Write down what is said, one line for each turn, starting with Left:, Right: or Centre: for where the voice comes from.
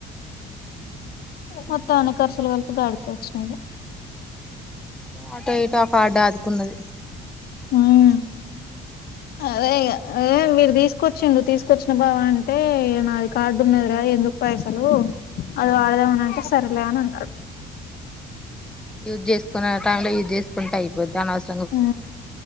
Centre: మంచిదేలే
Left: మొత్తం అన్ని కర్సులుగలిపి గాడికే ఒచ్చినై ఇగ
Centre: అటో ఇటో ఆ పాడ్డ ఆదుకున్నది
Left: ఉమ్ అదే ఇగా వీడు దిస్కొచ్చిండు తీస్కొచ్చిన బావ అంటే ఇగ నాది కాడ్డు ఉన్నది రా ఎందుకు పైసలు అది వాడ్దామని అంటే సరేలే అని అన్నాడు
Centre: యూజ్ జేస్కోనీ ఆ టైం లో యూజ్ జెస్కుంటే అయిపోద్ది అనవ్సరం
Left: హూ